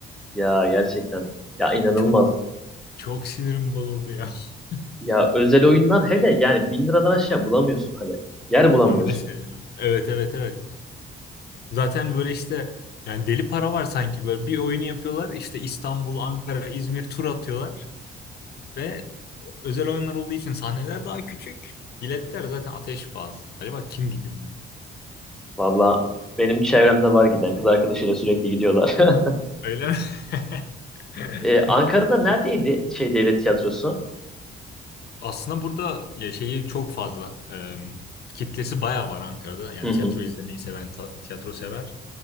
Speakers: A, in the centre; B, on the left.
A: Ya gerçekten. Ya inanılmaz.
B: Çok çok sinirim bozuldu ya. <laughs>
A: Ya özel oyunlar hele yani bin liradan aşağı bulamıyorsun hani. Yer bulamıyorsun.
B: Ha mesela. Evet evet evet. Zaten böyle işte yani deli para var sanki böyle bir oyun yapıyorlar. işte İstanbul, Ankara, İzmir tur atıyorlar ve özel oyunlar olduğu için sahneler daha küçük. Biletler zaten ateş pahası. Acaba kim gidiyor onlar?
A: Valla benim çevremde var giden kız arkadaşıyla sürekli gidiyorlar. <laughs>
B: Öyle mi? <laughs>
A: Ee, Ankara'da neredeydi şey devlet tiyatrosu?
B: Aslında burada ya şeyi çok fazla. e, kitlesi bayağı var Ankara'da. Yani
A: Hı hı,
B: tiyatro izlemeyi seven, ta- tiyatro sever.